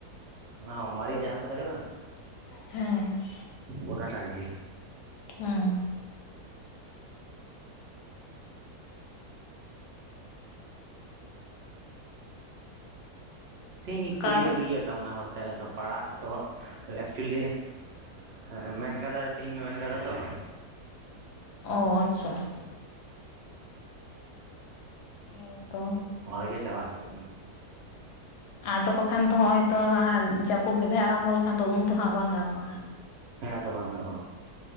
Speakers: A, on the right; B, on the left.
A: ᱚᱱᱟ ᱢᱟᱨᱮᱭᱟᱜ ᱡᱟᱦᱟᱸ ᱠᱚ ᱫᱟᱨᱮᱟ ᱵᱟᱝ᱾
B: ᱦᱮᱸ
A: ᱜᱚᱴᱟ ᱴᱟᱜ ᱜᱮ᱾
B: ᱦᱩᱸ
A: ᱛᱤᱦᱤᱧ ᱠᱩᱞᱤ
B: ᱠᱟᱴ
A: ᱟᱹᱜᱩᱭ ᱭᱟ, ᱛᱟᱢᱚᱱᱮ ᱦᱚᱲ ᱛᱮ ᱯᱟᱲᱟᱜ ᱛᱚ ᱮᱠᱪᱩᱭᱮᱞᱤ ᱦᱮᱸ- ᱦᱮᱸ ᱢᱮᱱ ᱠᱟᱫᱟ ᱛᱤᱦᱤᱧ ᱢᱮᱱ ᱠᱟᱫᱟ ᱛᱚ᱾
B: ᱚᱻ ᱟᱪᱪᱷᱟ ᱾ ᱦᱮᱸ, ᱛᱚ ᱾
A: ᱚᱱᱟ ᱨᱮᱜᱮ, ᱪᱟᱞᱟᱜ ᱦᱩᱭᱩᱜ ᱠᱟᱱᱟ‌ ᱾
B: ᱟᱫᱚ ᱵᱟᱠᱷᱟᱱ ᱛᱚ, ᱦᱚᱜᱼᱚᱭ ᱛᱚ ᱦᱟᱸᱜ ᱡᱟᱹᱯᱩᱫ, ᱢᱤᱫ ᱫᱷᱟᱣ ᱟᱨᱟᱢᱵᱷᱚ ᱞᱮᱠᱷᱟᱱ ᱫᱚ, ᱩᱱ ᱛᱚ ᱦᱟᱸᱜ ᱵᱟᱝ ᱜᱟᱱᱚᱜᱼᱟ? ᱦᱟᱸᱜ ᱾
A: ᱦᱮᱸ, ᱟᱫᱚ ᱵᱟᱝᱟ ᱜᱟᱱᱚᱜ-ᱟ?